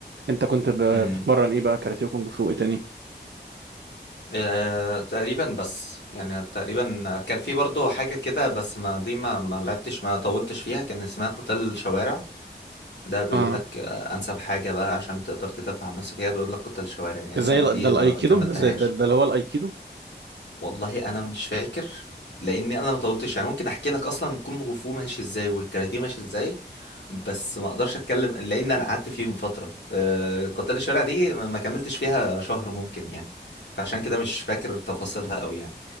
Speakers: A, on the right; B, on the left.
A: انت كنت ب-
B: امم
A: بتتمرن ايه بقى كاراتيه وكونج فو ايه تاني
B: آه، تقريبا بس يعني تقريبا كان في برضه حاجة كده بس ما دي ما ما لعبتش ما طولتش فيها كان اسمها قتال شوارع ده بيقول
A: اه
B: لك آه، أنسب حاجة بقى عشان تقدر تدافع عن نفسك هي بيقول لك قتال شوارع يعني
A: ده زي ال-
B: دي
A: ده الايكيدو
B: ب- ما كملتهاش
A: ده زي ده, ده اللي هو الايكيدو
B: والله انا مش فاكر لاني انا ما طولتش يعني ممكن احكي لك اصلا الكونغ فو ماشي ازاي والكاراتيه ماشي ازاي بس ما اقدرش اتكلم لان انا قعدت فيهم فتره آه، قتال الشارع دي ما ما كملتش فيها شهر ممكن يعني فعشان كده مش فاكر تفاصيلها قوي يعني